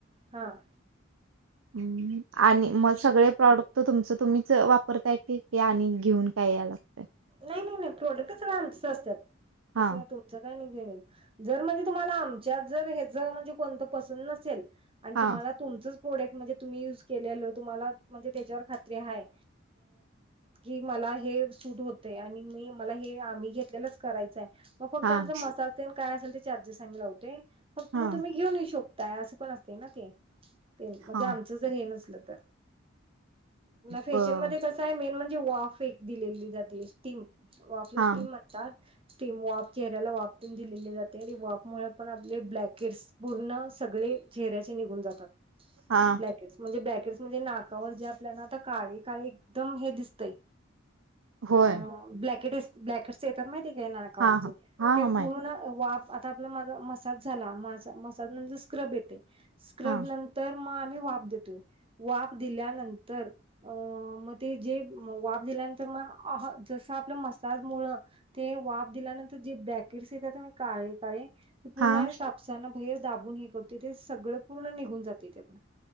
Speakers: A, on the right; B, on the right.
A: हां!
B: हम्म आणि मग सगळे प्रॉडक्ट तुमचं तुम्हीच वापरताय क आणि घेऊन काय याय लागतंय.
A: नाही नाही नाही प्रोडक्ट सगळे आमचं असतात
B: हा
A: तसं तुमचं काही नाही घेउन यायचं. जर म्हणजे तुम्हाला आमच्यात जर हच म्हणजे कोणतं पसंत नसेल आणि
B: हा
A: तुम्हाला.. तुमचच प्रोडक्ट म्हणजे तुम्ही युज केलेल तुम्हाला म्हणजे त्यांच्यावर खात्री आहे. कि मला हे सूट होत.. आणि मी मला हे आम्ही घेतलेलंच करायचंय मग फक्त
B: हा
A: आमचा मसाज.. काय असल ते चार्जेस आम्ही लावतोय, फक्त
B: हा
A: मग तुम्ही घेऊन ये शकताय अस पण असते ना ते. ते म्हणजे
B: हा
A: आमचं जर हे नसल तर फेशिअल
B: बर
A: मध्ये क मेन म्हणजे वाफ एक दिलेली जाते स्टीम वाफला
B: हा
A: स्टीम म्हणतात. ते स्टिम वाफ चेहऱ्याला वाफ प दिलेली जाते वाफ मुळे पण आपले ब्लॅकेटस पूर्ण सगळे चेहऱ्याचे निघून जातात.
B: हा
A: ब्लॅकेट्स म्हणजे ब्लॅकेटस म्हणजे नाकावर जे आपल्याला आता काळे काळे एकदम हे दिसतंय
B: होय
A: अ ब्लॅकेटस ब्लॅकेटस येतात माहिती का नाकावरचे
B: हा हा हा
A: ते
B: हा माहित
A: पूर्ण वाफ आता आपला माझा मसाज झाला मसाज नंतर स्क्रब येते, स्क्रब
B: हा
A: न तर मग आम्ही वाप देतोय. वाफ दिल्यानंतर अ मग ते जे वाफ दिल्यानंतर मग.. अहा जसं आपलं मसाज मुळं- ते वाफ दिल्यानंतर जे बॅकेट्स येत त्या म काळे काळे ते पूर्ण
B: हा
A: आणि कापसाना भाहेर दाबून हे करतोय ते सगळं पूर्ण निघून जाते त्यात.